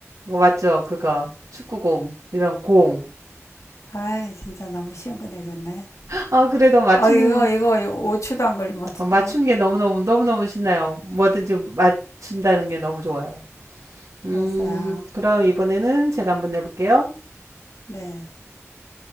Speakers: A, on the right; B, on the left.
A: 이거 맞죠? 그거. 축구공. 이런 공.
B: 아, 진짜 너무 쉬운 거 내줬네.
A: 아, 그래도 맞춘,
B: 아, 이거 이거 5초도 안 걸린 것 같은데요.
A: 어, 맞춘 게 너무너무, 너무너무 신나요. 뭐든지 맞춘다는 게 너무 좋아요. 음,
B: 알았어요.
A: 그럼 이번에는 제가 한번 해볼게요.
B: 네.